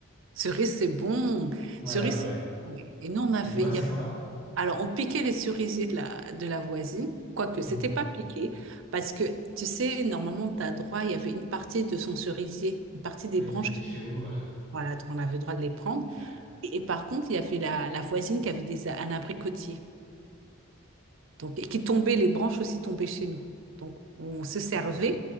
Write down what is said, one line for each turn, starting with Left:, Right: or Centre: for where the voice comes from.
Right: Cerise, c'est bon.
Centre: Ouais,
Right: Cerise,
Centre: ouais, ouais.
Right: c'est bon. Oui. Et nous, on avait,
Centre: Et toi,
Right: il
Centre: c'est
Right: y avait-
Centre: quoi?
Right: Alors, on piquait les cerisiers de la, de la voisine, quoique
Centre: <laughs>
Right: c'était pas piqué, parce que, tu sais, normalement, tu as droit, il y avait une partie de son cerisier, une partie des
Centre: Oui,
Right: branches,
Centre: qui était
Right: qui-
Centre: chez vous. euh,
Right: voilà, donc on avait le droit de les prendre.
Centre: Ok, ouais.
Right: Et, et par contre, il y avait la, la voisine qui avait des, a- un abricotier. Donc, et qui tombaient, les branches aussi tombaient chez nous. Donc, on se servait
Centre: Ok, ouais.